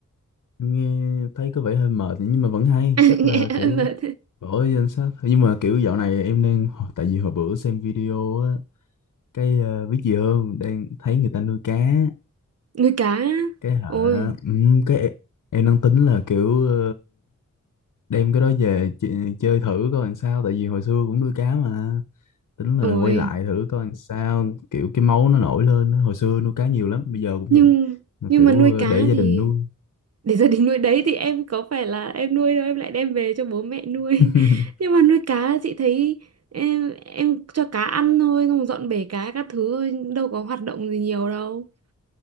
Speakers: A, on the left; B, on the right.
A: nghe thấy có vẻ hơi mệt nhưng mà vẫn hay
B: <laughs>
A: chắc
B: Nghe
A: là kiểu
B: mà-
A: bỏ vô danh sách nhưng mà kiểu dạo này em đang tại vì hồi bữa xem video á cái ờ, biết gì hơn đang thấy người ta nuôi cá
B: Nuôi cá. á.
A: cái hả
B: Ôi,
A: ừ, cái em em đang tính là kiểu ờ, đem cái đó về ch- chơi thử coi làm sao tại vì hồi xưa cũng nuôi cá mà tính là
B: ôi.
A: quay lại thử coi làm sao kiểu cái máu nó nổi lên á. hồi xưa nuôi cá nhiều lắm bây giờ cũng
B: Nhưng
A: vậy mà
B: nhưng
A: kiểu
B: mà nuôi
A: ờ,
B: cá
A: để gia
B: thì
A: đình nuôi
B: để gia đình nuôi đấy thì em có phải là em nuôi đâu em lại đem về cho bố mẹ nuôi
A: <laughs>
B: <laughs> nhưng mà nuôi cá chị thấy em em cho cá ăn thôi không dọn bể cá các thứ thôi đâu có hoạt động gì nhiều đâu